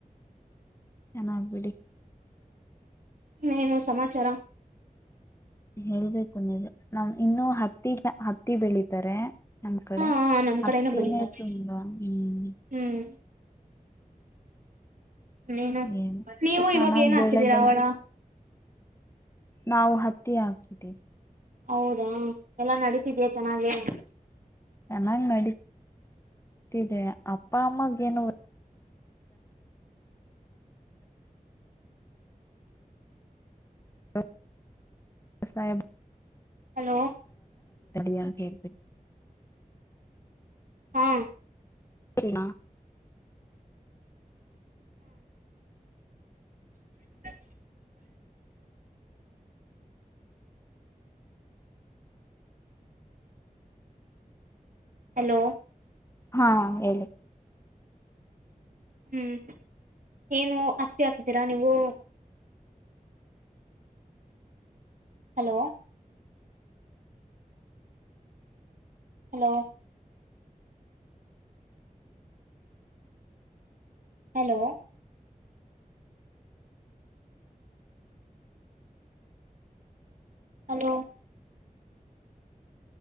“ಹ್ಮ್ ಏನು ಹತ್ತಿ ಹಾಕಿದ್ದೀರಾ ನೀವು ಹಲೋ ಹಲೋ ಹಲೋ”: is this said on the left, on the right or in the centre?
Right